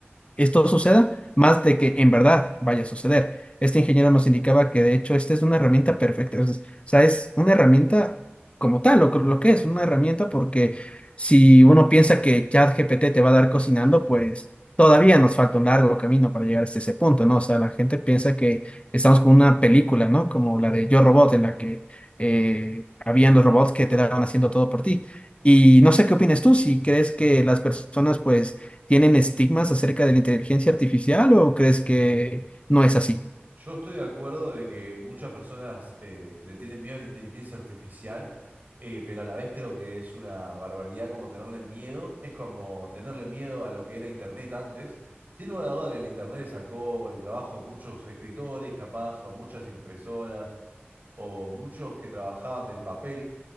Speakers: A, on the left; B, on the right.
A: esto suceda, más de que en verdad vaya a suceder. Este ingeniero nos indicaba que de hecho esta es una herramienta perfecta, es- o sea, es una herramienta como tal, lo, que- lo que es una herramienta, porque si uno piensa que ChatGPT te va a dar cocinando, pues todavía nos falta un largo camino para llegar hasta ese punto, ¿no? O sea, la gente piensa que estamos con una película, ¿no? Como la de Yo Robot, en la que eh, habían los robots que te daban haciendo todo por ti. Y no sé qué opinas tú, si crees que las personas, pues, tienen estigmas acerca de la inteligencia artificial o crees que no es así?
B: Yo estoy de acuerdo de que muchas personas eh, le tienen miedo a la inteligencia artificial, eh, pero a la vez creo que es una barbaridad como tenerle miedo. Es como tenerle miedo a lo que era Internet antes. Sin lugar a duda que el Internet le sacó el trabajo a muchos escritores, capaz, o a muchas impresoras, o muchos que trabajaban del papel,